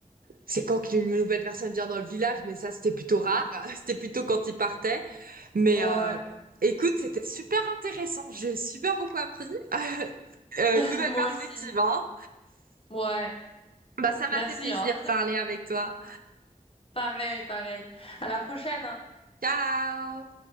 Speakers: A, on the right; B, on the left.
A: c'est quand qu'une nouvelle personne vient dans le village, mais ça c'était plutôt rare. <laughs> C'était plutôt quand ils partaient. Mais
B: Ouais,
A: euh, écoute, c'était super intéressant. J'ai super beaucoup appris. <laughs> Euh,
B: <laughs>
A: une nouvelle
B: moi
A: perspective,
B: aussi.
A: hein.
B: Ouais,
A: Bah ça m'a
B: merci,
A: fait plaisir
B: hein.
A: de parler avec toi.
B: Pareil, pareil. À la prochaine, hein.
A: Ciao!